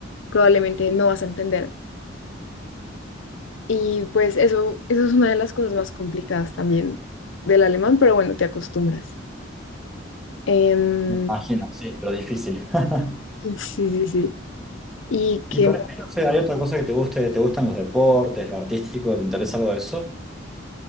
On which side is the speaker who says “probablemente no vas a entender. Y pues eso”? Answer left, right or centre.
Left